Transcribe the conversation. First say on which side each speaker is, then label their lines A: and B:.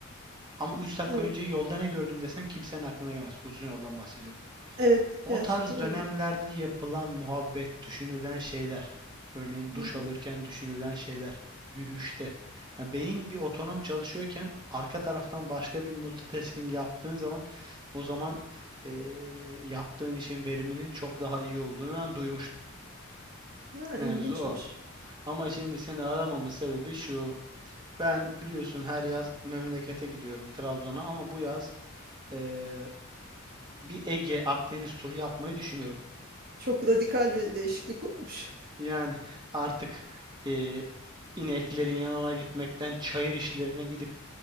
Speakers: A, on the right; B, on the right.
A: Ama 3 dakika
B: Evet.
A: önce yolda ne gördüm desen kimsenin aklına gelmez. Uzun yoldan bahsediyorum.
B: Evet,
A: O
B: gerçekten
A: tarz dönemlerde
B: öyle.
A: yapılan muhabbet, düşünülen şeyler. Örneğin duş
B: Hı hı.
A: alırken düşünülen şeyler, yürüyüşte. Yani beyin bir otonom çalışıyorken arka taraftan başka bir multitasking yaptığın zaman o zaman eee, yaptığın işin veriminin çok daha iyi olduğunu ben duymuştum.
B: Ha,
A: Mevzu
B: ilginçmiş.
A: o. Ama şimdi seni aramamın sebebi şu. Ben biliyorsun her yaz memlekete gidiyorum Trabzon'a ama bu yaz eee, bir Ege Akdeniz turu yapmayı düşünüyorum.
B: Çok radikal bir değişiklik olmuş.
A: Yani artık e, ineklerin yanına gitmekten, çayır işlerine gidip